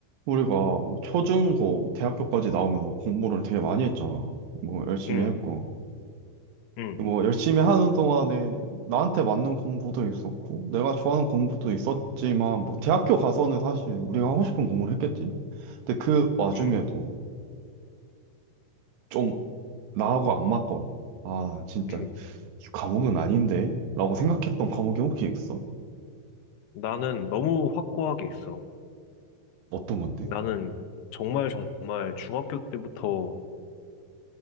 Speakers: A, on the right; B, on the left.
A: 우리가 뭐 초중고, 대학교까지 나오면서 공부를 되게 많이 했잖아. 뭐 열심히
B: 응,
A: 했고.
B: 응,
A: 뭐 열심히 하는 동안에 나한테 맞는 공부도 있었고, 내가 좋아하는 공부도 있었지만, 뭐 대학교 가서는 사실 우리가 하고 싶은 공부를 했겠지? 근데 그 와중에도
B: 응,
A: 좀 나하고 안 맞거나, 아, 진짜
B: 응.
A: 이 과목은 아닌데? 라고 생각했던 과목이 혹시 있어?
B: 나는 너무 확고하게 있어.
A: 어떤 건데?
B: 나는 정말 정말 중학교 때부터